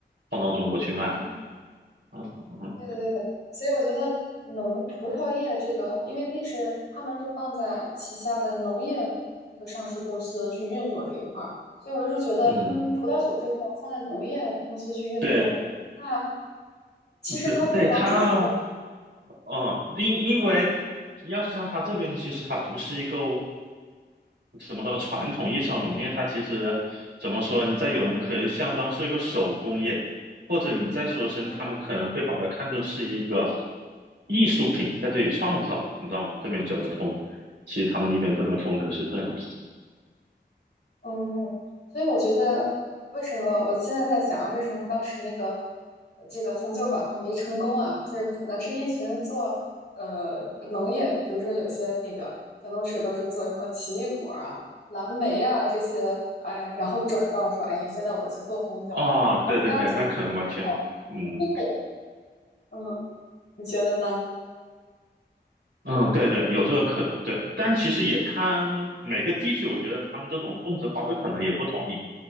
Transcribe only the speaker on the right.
放到中国去卖。
嗯嗯
嗯，
对
对对，它，嗯，因因为
要像他这边，其实他不是一个。怎么说？传统意义上农业，它其实怎么说？你在有人可能相当是一个手工业，或者你再说声，
他们可能会把它看作是一个艺术品，在这里创造，你知道吗？这边酒的风，其实他们一边这边风格是这样子。
哦，
对对对，那可能完全，嗯
嗯，
对对，有这个可能，对。但其实也看每个地区，我觉得他们这种种植方式可能也不同。你